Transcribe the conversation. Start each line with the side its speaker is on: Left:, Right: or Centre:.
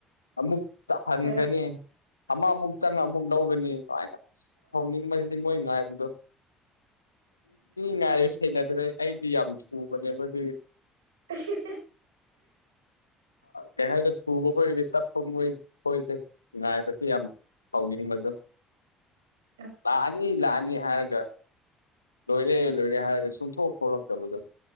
Left: ꯑꯃꯨꯛ ꯆꯥꯍꯟꯒꯅꯤ꯫
Right: ꯍꯣꯏ
Left: ꯑꯃ ꯑꯃꯨꯛ ꯆꯪꯉ ꯑꯃꯨꯛ ꯂꯧꯒꯅꯤ ꯑꯗꯨꯃꯥꯏꯅ ꯑ ꯍꯧꯅꯤꯡꯕ ꯑꯗꯤ ꯃꯣꯏ ꯉꯥꯏꯕꯗꯣ ꯉꯥꯏ ꯁꯦꯡꯩꯅ ꯑꯗꯨꯗ ꯑꯩꯗꯤ ꯌꯥꯝ ꯆꯨꯕꯅꯦꯕ ꯑꯗꯨꯒꯤ
Right: ꯑꯦ ꯍꯥ
Left: ꯀꯩ ꯍꯥꯏꯗꯣ ꯊꯨꯕ ꯈꯣꯏꯗꯤ ꯇꯞꯄ ꯃꯣꯏ ꯈꯣꯏꯁꯦ ꯉꯥꯏꯕꯁꯦ ꯌꯥꯝ ꯍꯥꯎꯅꯤꯡꯕꯗꯣ
Right: <inaudible>
Left: <unintelligible> ꯅꯤ ꯂꯥꯛꯑꯅꯤ ꯍꯥꯏꯔꯒ ꯂꯣꯏꯔꯦ ꯂꯣꯏꯔꯦ ꯍꯥꯏꯔꯒ ꯆꯨꯡꯊꯣꯛ ꯊꯣꯛꯂꯛꯇꯕꯗꯣ